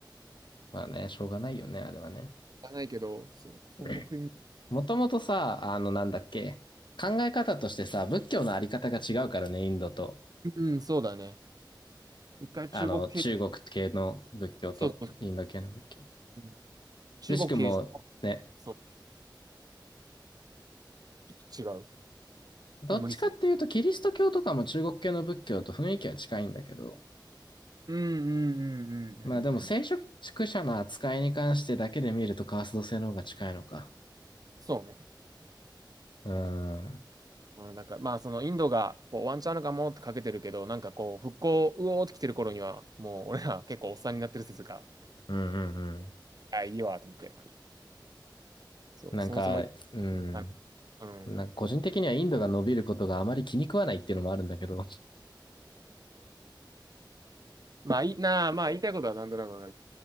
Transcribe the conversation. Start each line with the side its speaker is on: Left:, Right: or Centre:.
Left: まあね、しょうがないよね、あれはね。
Right: じゃないけど、そう、そんな国。
Left: <laughs> もともとさ、あの、なんだっけ。考え方としてさ、仏教のあり方が違うからね、インドと。
Right: うん、そうだね。一回中国経由、
Left: あの、中国系の仏教とインド系の仏教。
Right: そうそう、中国経由して、
Left: くしくもね、
Right: そうちょっと違う。
Left: どっちかっていうと、
Right: まあ、無理する。
Left: キリスト教とかも中国系の仏教と雰囲気は近いんだけど、
Right: うんうんうんうんうんうん。
Left: まあでも聖職者の扱いに関してだけで見るとカースト制の方が近いのか。
Right: そうね。
Left: うーん。
Right: まあ、なんか、まあ、そのインドがこうワンチャンあるかもってかけてるけど、なんかこう、復興、うおーって来てる頃には、もう俺ら結構おっさんになってる説が、
Left: うんうんうん。
Right: あ、いいわ、と思って。そう、
Left: なんか、
Right: そもそも、
Left: うん。
Right: あうん。
Left: なんか個人的にはインドが伸びることがあまり気に食わないっていうのもあるんだけど、
Right: まあ、いいなあ、まあ、言いたいことは何となくわかる。